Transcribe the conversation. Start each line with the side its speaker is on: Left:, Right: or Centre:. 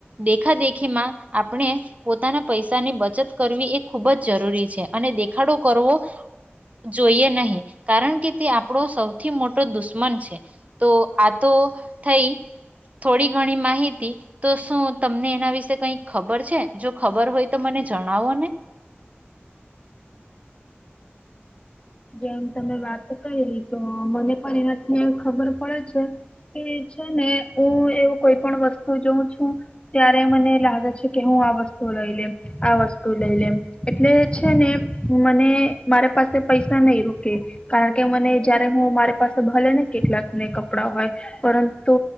Right: દેખાદેખીમાં આપણે પોતાના પૈસાની બચત કરવી એ ખૂબ જ જરૂરી છે અને દેખાડો કરવો જોઈએ નહી કારણ કે, તે આપણો સૌથી મોટો દુશ્મન છે. તો આ તો થઈ થોડી ઘણી માહિતી તો શું તમને એના વિશે કઈક ખબર છે? જો ખબર હોય તો મને જણાવો ને
Left: <inaudible> જેમ તમે વાત ક તો મને પણ એનાથી ખબર પડે છે. કે છે ને હું એવું કોઈ પણ વસ્તુ જોઉં છું ત્યારે મને લાગે છે કે હું આ વસ્તુ લઈ લેવ આ વસ્તુ લઈ લેવ એટલે છે ને મને મારે પાસે પૈસા નહી રોકે. કારણ કે મને જયારે હું મારી પાસે ભલે ને કેટલાકને કપડાં હોય પરંતુ